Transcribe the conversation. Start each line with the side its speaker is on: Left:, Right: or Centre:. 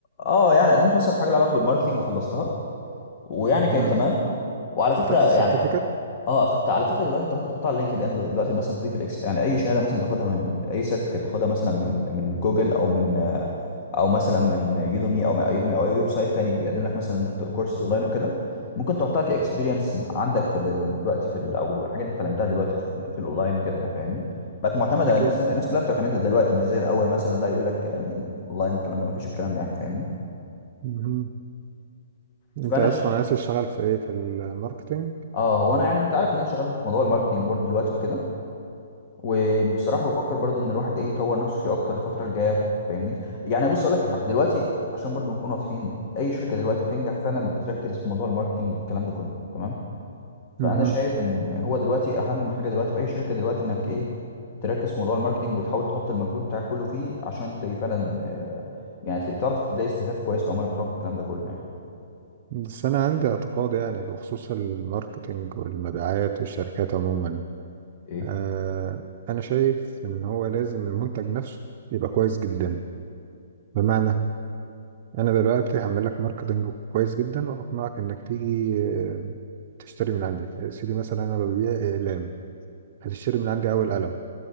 Left: آه يعني قدمت مثلا في حاجة لها علاقة بالماركتينج وخلصتها ويعني
Right: مهم.
Left: كانت تمام وعلى فكرة
Right: خدت
Left: يعني
Right: السيرتيفيكت
Left: اه خدت على فكره دلوقتي انت ممكن تحطها على لينكد ان دلوقتي مثلا تضيف الاكس يعني اي شهاده مثلا تاخدها من اي سيرتيفيكت تاخدها مثلا من من جوجل او من آه، او مثلا من يودمي او يودمي او اي ويب سايت تاني بيقدم لك مثلا كورسز اونلاين وكده ممكن تحطها كاكسبيرينس عندك في ال- دلوقتي في ال- او حاجه انت اتعلمتها دلوقتي في, ال- في الاونلاين وكده يعني فاهمني بقت معتمده
Right: اكيد
Left: الناس الناس كلها بتعتمدها دلوقتي مش زي الاول مثلا لا يقول لك يعني اونلاين والكلام ده مفيش الكلام ده يعني فاهمني
Right: مهم.
Left: فانا
Right: انت اصلا
Left: ش...
Right: عايز تشتغل في ايه في الماركتينج
Left: اه هو انا يعني انت عارف ان انا شغال في موضوع الماركتنج بورد دلوقتي وكده وبصراحه بفكر برضو ان الواحد ايه يطور نفسه فيه اكتر الفتره الجايه فاهمني يعني بص اقول لك الحاجه دلوقتي عشان برضو نكون واضحين اي شركه دلوقتي بتنجح فعلا بتركز في موضوع الماركتينج والكلام ده كله تمام فانا
Right: مهم.
Left: شايف ان هو دلوقتي اهم حاجه دلوقتي في اي شركه دلوقتي انك ايه تركز في موضوع الماركتينج وتحاول تحط المجهود بتاعك كله فيه عشان تلاقي فعلا آه، يعني تلاقي تعرف تلاقي استهداف كويس للعملاء بتوعك والكلام ده كله يعني
Right: بس انا عندي اعتقاد يعني بخصوص الماركتينج والمبيعات والشركات عموما
Left: ايه
Right: آه انا شايف ان هو لازم المنتج نفسه يبقى كويس جدا بمعنى انا دلوقتي هعمل لك ماركتنج كويس جدا وهقنعك انك تيجي آه، تشتري من عندي يا سيدي مثلا انا ببيع اقلام هتشتري من عندي اول قلم